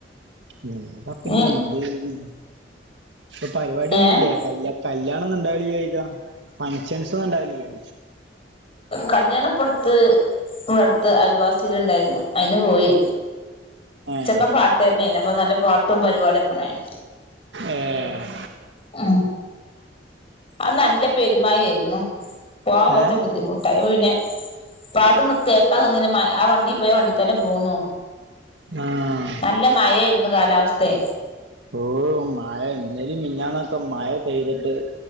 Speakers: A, on the right; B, on the left.
A: ഉം ഇപ്പ പിന്ന
B: നീ
A: ന്തേനി ഇപ്പ പരിപാടിയൊന്നുംല്ലേ
B: ഏഹ്
A: കല്ല കല്യാണൊന്നുണ്ടാവലില്ലേ ചോയ്ക്ക. ഫങ്ക്ഷന്സൊന്നും ഇണ്ടാവലില്ലേ?
B: കല്യാണപ്പടത്ത് ഇവിടെടുത്ത് അൽവാസിടെണ്ടായിരുന്നു അയിന് പോയി
A: ഏഹ്
B: ചെക്കൻ പാട്ട് കാരനായിരുന്നു അപ്പൊ നല്ല പാട്ടും പരിപാടിയൊക്കെണ്ടായിന്
A: ഏഹ്
B: ആ അന്ന് നല്ല പെരുമയയിരുന്നു പോവാൻ കുറച്
A: ഏഹ്
B: ബുദ്ധിമുട്ടായി അപ്പൊ പിന്നെ പാട്ട് ഒന്നും കേക്കാൻ നിന്നില്ല ആ വണ്ടി പോയ ആ വണ്ടി തന്നെ പോന്നു
A: ആഹ്
B: നല്ല മഴയിരുന്നു കാലാവസ്ഥെ
A: ഓ മഴ ഇന്നേലിം മിനിഞ്ഞാന്നോക്കെ മഴ പെയ്തിട്ട്